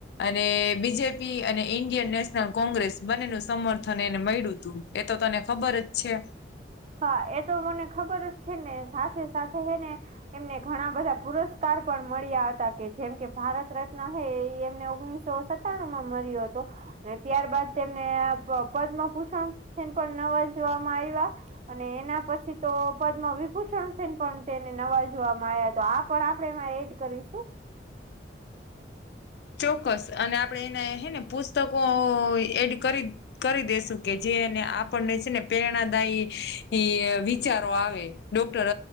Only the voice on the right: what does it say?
હા એતો મને ખબર જ છે, ને સાથે સાથે હેને. એમને ઘણા બધા પુરસ્કાર પણ મળ્યા હતા, કે જેમ કે ભારત રત્ન હૈં એ એમને ઓગણીસો. સો સત્તાણુમાં મર્યો હતો. અને ત્યારબાાદ તેમને પદ્મભૂષણ પણ થી નવાજવામાં આવ્યા. અને એના પછી તો પદ્મવિભૂષણ થઈને પણ તેને નવાજવામાં આવ્યા, તોઆ પણ આપણે એમાં એડ. કરીશું,